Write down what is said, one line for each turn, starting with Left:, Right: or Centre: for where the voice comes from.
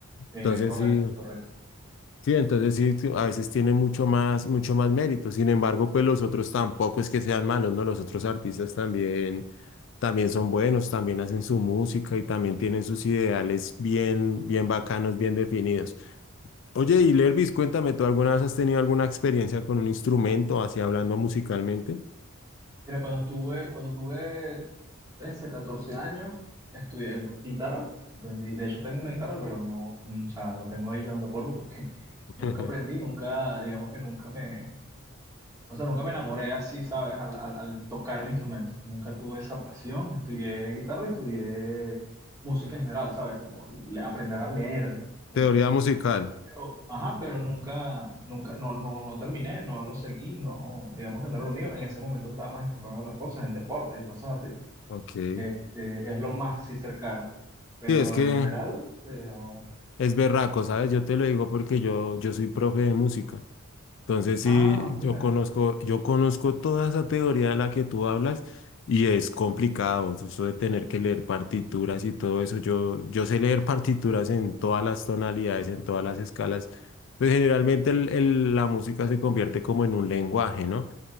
Right: Eh,
Left: Entonces
Right: correcto,
Left: sí,
Right: correcto.
Left: sí, entonces sí, tú- a veces tiene mucho más, mucho más mérito. Sin embargo, pues los otros tampoco es que sean malos, ¿no? Los otros artistas también, también son buenos, también hacen su música y también tienen sus ideales bien, bien bacanos, bien definidos. Oye, y Lervis, cuéntame, ¿tú alguna vez has tenido alguna experiencia con un instrumento, así hablando musicalmente?
Right: Mira, cuando estuve, cuando tuve 13, 14 años, estudié guitarra. Aprendí, de hecho, tengo una guitarra, pero no, mm, o sea, la tengo ahí llevando polvo porque <laughs>
Left: <laughs>
Right: nunca aprendí, nunca, digamos que nunca me O sea, nunca me enamoré así, ¿sabes? Al, al- al tocar el instrumento. Nunca tuve esa pasión. Estudié guitarra, estudié música en general, ¿sabes? Como le- aprender a leer música.
Left: Teoría musical.
Right: Pero, ajá, pero nunca, nunca, no, no, no terminé, no lo seguí, no, digamos que no era lo mío. En ese momento estaba más enfocado en otras cosas, en deportes y cosas así.
Left: Ok. Sí,
Right: Este, es lo más así cercano. Pero
Left: es que
Right: en general, eh, no.
Left: es berraco, ¿sabes? Yo te lo digo porque yo, yo soy profe de música. Entonces, sí,
Right: ah, mira,
Left: yo conozco, yo conozco toda esa teoría de la que tú hablas y es complicado, eso de tener que leer partituras y todo eso. Yo, yo sé leer partituras en todas las tonalidades, en todas las escalas, pues generalmente el- el- la música se convierte como en un lenguaje, ¿no?